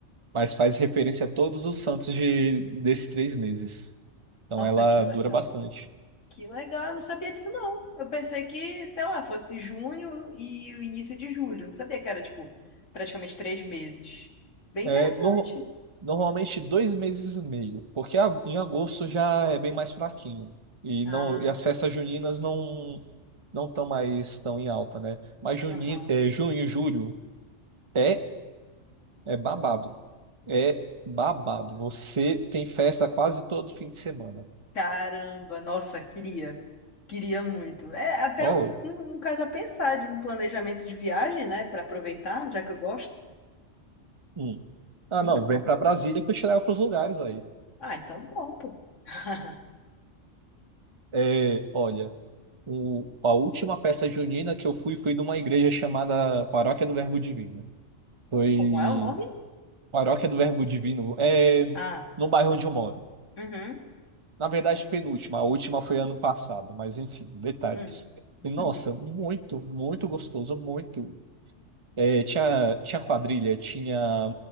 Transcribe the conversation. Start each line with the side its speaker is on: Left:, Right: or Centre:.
Right: mas faz referência a todos os santos de, desses três meses. Então
Left: Nossa,
Right: ela
Left: que legal.
Right: dura bastante.
Left: Que legal, eu não sabia disso não. Eu pensei que, sei lá, fosse junho e o início de julho. Eu Não sabia que era, tipo, praticamente três meses. Bem
Right: É,
Left: interessante.
Right: no- normalmente dois meses e meio, porque a- em agosto já é bem mais fraquinho. E,
Left: Ah,
Right: não, e as
Left: tá.
Right: festas juninas não não estão mais tão em alta, né? Mas juni,
Left: Aham.
Right: é, junho, julho é, é babado. É babado. Você tem festa quase todo fim de semana.
Left: Caramba, nossa, queria. Queria muito. É até
Right: Oh,
Left: um, um, um caso a pensar de um planejamento de viagem, né? Para aproveitar, já que eu gosto.
Right: hum. Ah,
Left: Muito
Right: não,
Left: bom.
Right: vem para Brasília que eu te levo para os lugares aí.
Left: Ah, então pronto. <laughs>
Right: É, olha, o- a última peça junina que eu fui foi numa igreja chamada Paróquia do Verbo Divino. Foi
Left: Como é o nome?
Right: Paróquia do Verbo Divino, é
Left: Ah,
Right: no bairro onde eu moro.
Left: uhum,
Right: Na verdade, penúltima, a última foi ano passado, mas enfim, detalhes.
Left: hum.
Right: E, nossa,
Left: <laughs>
Right: muito, muito gostoso, muito. É, tinha, tinha quadrilha, tinha,